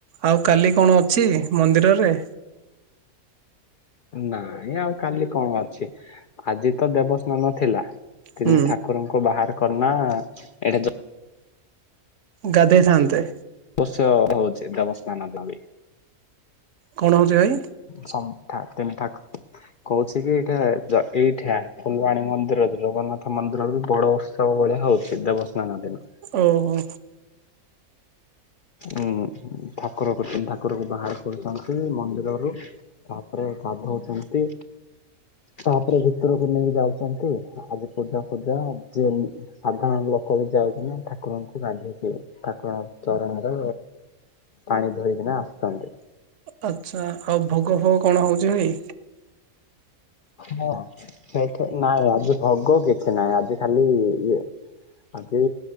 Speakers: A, on the right; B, on the left.
A: ଆଉ କାଲି କଣ ଅଛି ମନ୍ଦିରରେ?
B: ନାଇଁ ଆଉ କାଲି କଣ ଅଛି? ଆଜି ତ ଦେବସ୍ନାନ ଥିଲା। ତିନି
A: ହୁଁ
B: ଠାକୁରଙ୍କୁ ବାହାର କରନା, ଏଠି ଯୋଉ
A: ଗାଧେଇଥାଆନ୍ତେ?
B: ଅବଶ୍ୟ ହଉଛି ଦେବସ୍ନାନ ଦିନ ବି।
A: କଣ ହଉଛି ଭାଇ
B: ସମ୍ ଥା ତିନି ଥାକ। କହୁଛି କି ଏଇଟା ଏଇଠା ଫୁଲବାଣୀ ମନ୍ଦିର ଜଗନ୍ନାଥ ମନ୍ଦିର ବି ବଡ ଉତ୍ସବ ଭଳିଆ ହଉଛି ଦେବସ୍ନାନ ଦିନ।
A: ଓହୋ।
B: ଉଁ ଠାକୁର ଠାକୁରକୁ ବାହାର କରୁଛନ୍ତି ମନ୍ଦିରରୁ ତାପରେ ଗାଧଉଛନ୍ତି। ତାପରେ ଭିତରକୁ ନେଇକି ଯାଉଛନ୍ତି, ଆଜି ପୂଜା ଫୂଜା ଯେ ସାଧାରଣ ଲୋ ଲୋକ ବି ଯାଉଛି ନା ଠାକୁରଙ୍କୁ ଗାଧୋଇ ଦିଏ ଠାକୁରଙ୍କ ଚରଣ ଣ ପାଣି ଧୋଇକିନା ଆସିଛନ୍ତି।
A: ଆଛା ଆଉ ଭୋଗ ଫୋଗ କଣ ହଉଛି ଭାଇ?
B: ହଁ ସେଠି ନାଇଁ ଆଜି ଭୋଗ କିଛି ନାଇଁ ଆଜି ଖାଲି ଇଏ। ଆଜି